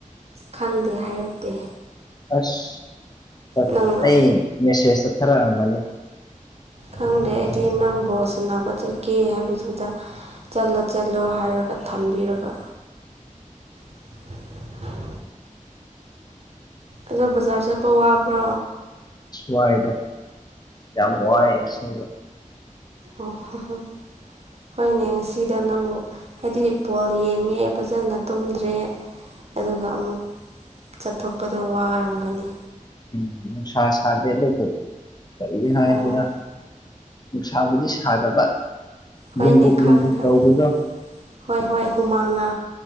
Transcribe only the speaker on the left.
ꯑꯁ
ꯑꯩ ꯃꯦꯁꯦꯁꯇ ꯈꯔꯑꯃꯅꯦ
ꯋꯥꯏꯗ ꯌꯥꯝ ꯋꯥꯏ ꯑꯁꯦꯡꯕ
ꯎꯝ ꯅꯨꯡ ꯁꯥ ꯁꯥꯗꯦ ꯑꯗꯨꯕꯨ ꯀꯔꯤ ꯍꯥꯏꯁꯤꯔ
ꯅꯨꯡꯁꯥꯕꯨꯗꯤ ꯁꯥꯗꯕ ꯂꯨꯝꯕꯨꯛ
ꯂꯨꯝꯕꯨꯛ
ꯇꯧꯕꯗꯣ